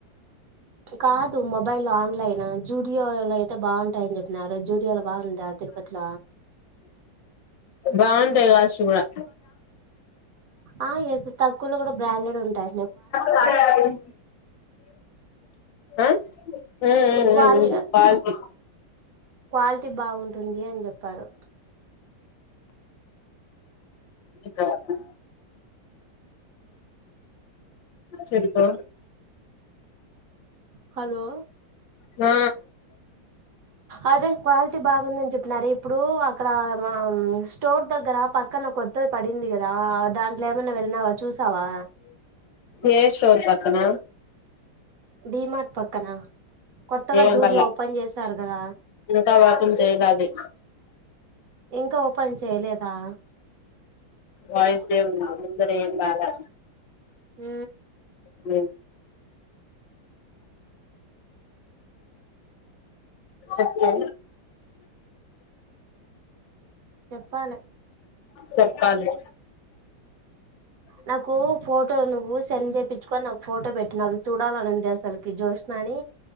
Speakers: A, on the right; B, on the left.
A: కాదు మొబైల్ ఆన్లైన్ జూడియోలు అయితే బాగుంటాయని చెప్పినారు. జూడియోలు బాగుందా తిరుపతిల
B: బావుంటాయి కాశ్ కూడా
A: ఆ ఇత్ తక్కువలో కూడా బ్రాండెడ్ వి ఉంటయ్
B: సరే మరి <unintelligible> ఆ ఉమ్ మ్ మ్మ్
A: క్వాలి
B: క్వాల్టీ
A: క్వాలిటీ బాగుంటుంది అని చెప్పారు.
B: ఇంకా <unintelligible> సరిపా
A: హలో
B: హ
A: అదే క్వాలిటీ బాగుందని చెప్పినారే ఇప్పుడు అక్కడ ఆ స్టోర్ దగ్గర పక్కన కొత్తది పడింది కదా దాంట్లో ఏమైనా వెళ్ళినావా చూసావా
B: ఏ షోర్ పక్కన
A: డిమార్ట్ పక్కనా కొత్తగా
B: ఏం
A: జూడియో
B: బల్లా
A: ఓపెన్ చేస్ సర్గద
B: ఇంకా ఓపెన్ చేయలే అది
A: ఇంకా ఓపెన్ చేయలేదా
B: వయిస్ దేవున్నా ముందర ఏం బాలే
A: ఉ
B: ఉ అకే
A: చెప్పాలే
B: సర్కాలది
A: నాకు ఫోటో నువ్వు సెండ్ చేపించుకొని నాకు ఫోటో పెట్టి నా అది చూడాలనింది అసలుకి జ్యోష్నా ని